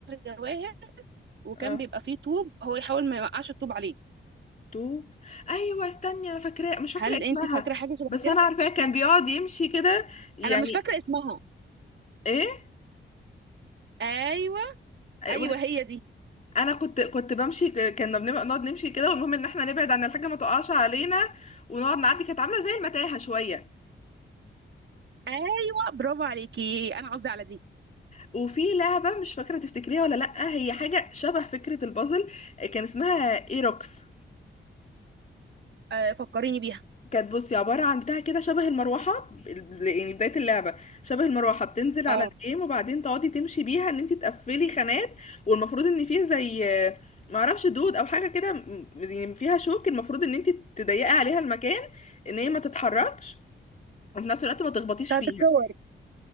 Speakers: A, on the right (about 65°); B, on the left (about 35°).
A: جواهر وكان
B: اه
A: بيبقى فيه طوب هو يحاول ما يوقعش الطوب عليه
B: طوب أيوة استني أنا فاكرة مش فاكرة
A: هل
B: اسمها
A: انت فاكره حاجه شبه
B: بس
A: كده
B: أنا عارفاه كان بيقعد يمشي كده يعني
A: انا مش فاكره اسمها
B: إيه
A: ايوه
B: يقول
A: ايوه هي دي
B: انا كنت كنت بمشي ك- كنا بنبقى نقعد نمشي كده والمهم ان احنا نبعد عن الحاجه ما تقعش علينا ونقعد نعدي كانت عامله زي المتاهه شويه
A: ايوه برافو عليكي انا قصدي على دي
B: وفي لعبه مش فاكره تفتكريها ولا لا هي حاجه شبه فكره البازل كان اسمها ايروكس
A: آه فكريني بيها
B: كانت بصي عباره عن بتاع كده شبه المروحه ال- يعني بدايه اللعبه شبه المروحه بتنزل على
A: اه
B: الجيم وبعدين تقعدي تمشي بيها ان انت تقفلي خانات والمفروض ان فيه زي معرفش دود او حاجه كده م- يعني فيها شوك المفروض ان انت تضيقي عليها المكان ان هي ما تتحركش وفي نفس الوقت ما تخبطيش
A: بتاعت
B: فيها
A: الكور